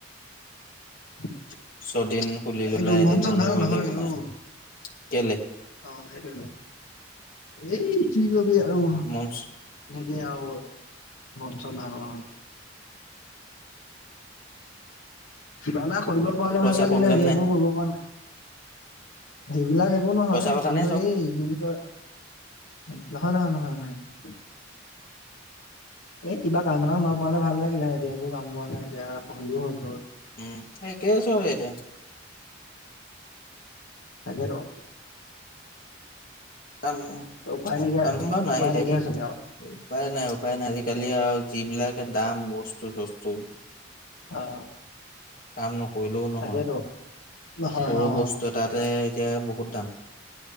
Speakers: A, on the left; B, on the left.
A: <inaudible> <unintelligible>
B: ছদিন খুলি লৈ পেলাই এদিন
A: মন চন
B: বন্ধ
A: ভাল
B: কৰিলে
A: নহয়
B: একো নাই
A: অ'।
B: কেলে
A: অ 'সেইটোৱেটো এই কি কবি আৰু
B: মন
A: এ আৰু মন চন ভাল নহয় কিবা এটা কৰিব পৰালে
B: পইচা
A: ভাল লাগিলে
B: প্ৰব্লেম
A: হেৰি
B: নে
A: একো কৰিব পৰা নাই। সেইবিলাক একো নহয়
B: পইচা কথা
A: কিন্তু
B: নে চব
A: এই কি বুলি কয় ন নহয় নহয় নহয় নহয়। এ কিবা কাম এটা সোমাব পাৰিলে ভাল লাগিলে হয় দিয়া একো কাম বন নাই এতিয়া পঢ়িলিও হৈ গ'ল।
B: উম এই কেইছ হয় এতিয়া?
A: তাগে ৰ
B: কাম,
A: উপায় নাইকিয়া
B: কামটো নাই
A: উপায়
B: এতিয়া
A: নাইকিয়া হৈছেগে
B: কি
A: আৰু
B: উপায় নাই উপায় নাই আজি কালিয়াও যিবিলাকে দাম বস্তু চস্তু।
A: অ।
B: কাম নকৰিলেও নহয়
A: তাকেতো নহয়
B: সৰু
A: অ
B: বস্তু এটাতে তিয়া বহুত দাম।